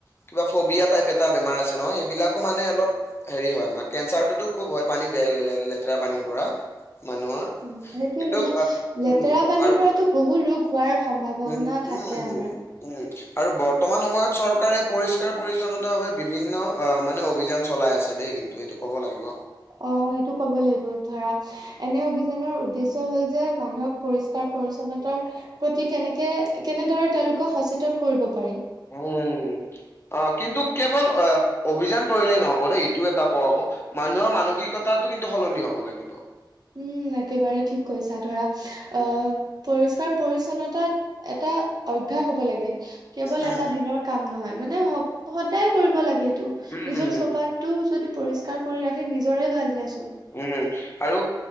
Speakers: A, on the left (about 30°); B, on the right (about 55°).
A: কিবা ফবিয়া টাইপ টা বেমাৰ আছে নহয় এইবিলাকো মানে অলপ হেৰি হয় আমাৰ কেঞ্চাৰটোতো খুব হয় পানী বেল লেতেৰা পানীৰ পৰা মানুহৰ
B: উম সেইটোৱে
A: কিন্তু
B: মানে লেতেৰা
A: উম
B: পানীৰ
A: আৰু
B: পৰাতো বহু ৰোগ হোৱাৰ সম্ভাৱনা
A: উ
B: থাকে
A: উ উ
B: আমাৰ।
A: উম আৰু বৰ্তমান সময়ত চৰকাৰে পৰিষ্কাৰ পৰিচ্ছন্নতা ভাৱে বিভিন্ন অ মানে অভিযান চলাই আছে দেই কিন্তু এইটো ক'ব লাগিব
B: অ সেইটো ক'ব লাগিব ধৰা এনে অভিযানৰ উদ্দেশ্য হল যে মানুহক পৰিষ্কাৰ পৰিচ্ছন্নতাৰ প্ৰতি কেনেকে কেনেদৰে তেওঁলোকৰ সচেতন কৰিব পাৰি
A: উম অ কিন্তু কেৱল অ অভিযান কৰিলেই নহব দেই এইটো এটা ক আকৌ মানুহৰ মানসিকতা কিন্তু সলনি হ'ব লাগিব
B: উম একেবাৰে ঠিক কৈছা ধৰা
A: উম
B: অ পৰিষ্ পৰি্ছন্নতাত এটা অভ্যাস হ'ব লাগে কেৱল
A: উম
B: এটা দিনৰ কাম নহয় মানে সদায় কৰিব লাগে এইটো
A: উম
B: নিজৰ চৌপাশতটো যদি পৰিষ্কাৰ কৰি ৰাখে নিজৰে ভাল দিয়াছোন
A: উম আৰু